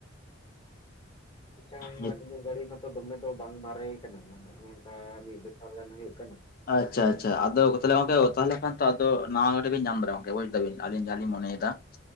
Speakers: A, on the left; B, on the left.
A: ᱟᱪᱪᱷᱟ ᱚᱱᱟ
B: ᱱᱤᱛ
A: ᱤᱧᱟᱹᱜ ᱜᱟᱹᱰᱤ ᱢᱟᱛᱚ ᱫᱚᱢᱮ ᱫᱚ ᱵᱟᱝ ᱢᱟᱨᱮ ᱠᱟᱱᱟ ᱟ ᱢᱤᱫ ᱵᱚᱪᱷᱚᱨ ᱜᱟᱱ ᱦᱩᱭᱩᱜ ᱠᱟᱱᱟ
B: ᱟᱪᱪᱷᱟ ᱟᱪᱪᱷᱟ ᱟᱫᱚ ᱛᱟᱦᱚᱞᱮ ᱜᱚᱝᱠᱮ ᱛᱟᱦᱚᱞᱮ ᱠᱷᱟᱱ ᱛᱚ ᱟᱫᱚ ᱱᱟᱣᱟ ᱜᱟᱹᱰᱤ ᱵᱮᱱ ᱧᱟᱢ ᱫᱟᱲᱮᱭᱟᱜᱟ ᱜᱚᱝᱠᱮ ᱵᱩᱡ ᱮᱫᱟᱵᱤᱱ ᱟᱞᱤᱧ ᱡᱟᱦᱟᱸ ᱞᱤᱧ ᱢᱚᱱᱮᱭᱮᱫᱟ ᱫᱟ